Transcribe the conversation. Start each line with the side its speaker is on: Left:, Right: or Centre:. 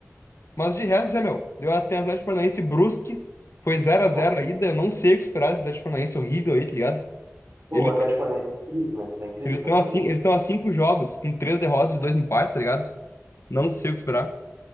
Left: Mas de resto, é, meu, deu até Atlético Paranaense e Brusque, foi 0 a 0
Right: Nossa.
Left: a ida, eu não sei o que esperar desse Atlético Paranaense horrível aí, tá ligado?
Right: Pô,
Left: Ele-
Right: o Atlético Paranaense tá em crise, né? Tá em crise
Left: Eles
Right: o Atlético
Left: estão a,
Right: Paranaense.
Left: cin- eles estão a cinco jogos, com três derrotas e dois empates, tá ligado? Não sei o que esperar.